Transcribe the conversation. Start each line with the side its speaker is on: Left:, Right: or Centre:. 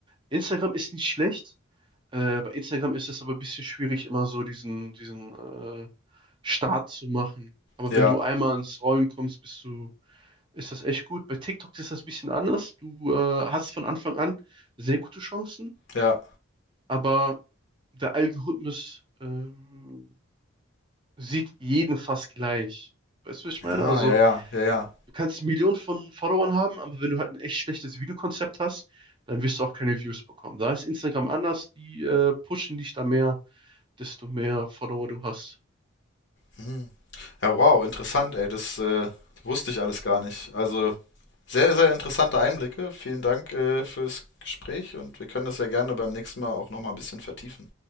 Right: Instagram ist nicht schlecht. Äh, bei Instagram ist es aber ein bisschen schwierig, immer so diesen, diesen äh, Start zu machen. Aber
Left: Ja,
Right: wenn du einmal ins Rollen kommst, bist du, ist das echt gut. Bei TikTok ist das ein bisschen anders. Du äh, hast von Anfang an sehr gute Chancen,
Left: ja.
Right: aber der Algorithmus ähm, sieht jeden fast gleich. Weißt du, was ich meine?
Left: Ah,
Right: Also,
Left: ja, ja, ja, ja.
Right: du kannst Millionen von Followern haben, aber wenn du halt ein echt schlechtes Videokonzept hast, dann wirst du auch keine Views bekommen. Da ist Instagram anders, die äh, pushen dich da mehr, desto mehr Follower du hast.
Left: Hm. Ja, wow, interessant, ey. Das äh, wusste ich alles gar nicht. Also sehr, sehr interessante Einblicke. Vielen Dank äh, fürs Gespräch und wir können das ja gerne beim nächsten Mal auch nochmal ein bisschen vertiefen.